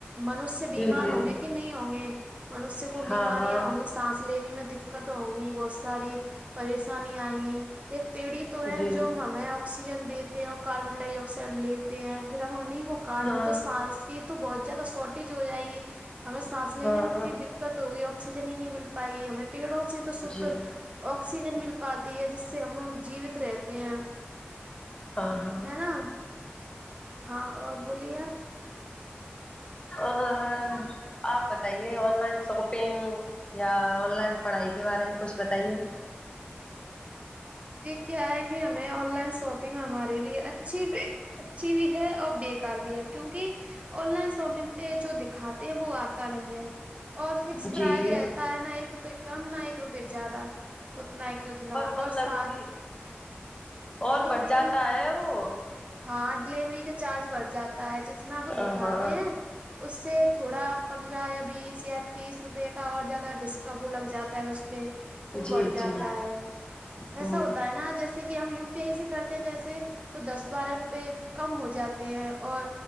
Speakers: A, on the right; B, on the left.
A: منشیہ بیمار
B: جی جی
A: ہوں گے کہ نہیں ہوں گے منشیہ کو بیماریاں
B: ہاں ہاں
A: ہوں گی سانس لینے میں دقت ہوں گی بہت ساری پریشانی ائی ایک پیڑ ہی تو ہے
B: جی
A: جو ہمیں اب اکسیجن دیتے ہیں اور کاربن ڈائی اکسائڈ لیتے ہیں پھر ہم انہیں کو کاٹ
B: ہاں
A: دیں تو سانس تو بھوت زادہ شارٹیج ہو جائے گی ہمیں سانس لینے
B: ہاں
A: میں کتنی دقت ہوگئی آکسیجن ہی نہیں مل پائی ہمیں پیڑوں سے تو شد
B: جی
A: اکسیجن مل پاتی ہے جس سے ہم جیوت رہتے ہیں
B: ہاں ہاں
A: ہے نا ہاں اور بولیے آپ
B: اور آپ بتائیے آن لائن شاپنگ یا آن لائن پڑھائی کے بارے میں کچھ بتائیے
A: جی کیا ہے کہ ہمیں آن لائن شاپنگ ہمارے لیے اچھی بھی اچھی بھی ہے اور بےکار بھی ہے کیونکہ آن لائن شاپنگ پہ جو دکھاتے ہیں وہ آتا نہیں ہے اور فکس
B: جی
A: پرائز رہتا ہے نہ ایک روپئے کم نہ ایک روپئے زیادہ اتنا ہے کہ اتنا
B: مطلب
A: اور سات
B: کہ اور بڑھ
A: بھی
B: جاتا ہے وہ
A: ہاں ڈیلیوری کا چارج بڑھ جاتا ہے جتنا وہ
B: ہاں
A: دکھاتے
B: ہاں
A: ہیں اس سے تھوڑا پندرہ یا بیس یا تیس روپے کا اور زیادہ ڈسکاب لگ جاتا ہے اس پہ تو
B: جی
A: بڑھ
B: جی
A: جاتا ہے
B: ہوں
A: ایسا ہوتا ہے نا جیسے کہ ہم یو پی آئی سے کرتے ہیں پیسے تو دس بارہ روپے کم ہو جاتے ہیں اور